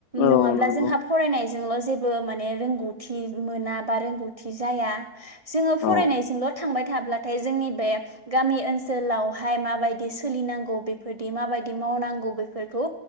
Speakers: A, on the left; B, on the right.
A: औ
B: नङाब्ला
A: नंगौ
B: जोंहा फरायनायजोंल' जेबो माने रोंगौथि मोना बा रोंगौथि जाया जोङो फरायनायजोंल'
A: औ
B: थांबाय थाब्लाथाय जोंनि बे गामि ओनसोलावहाय माबायदि सोलिनांगौ बेफोरदि माबायदि माव मावनांगौ बेफोरखौ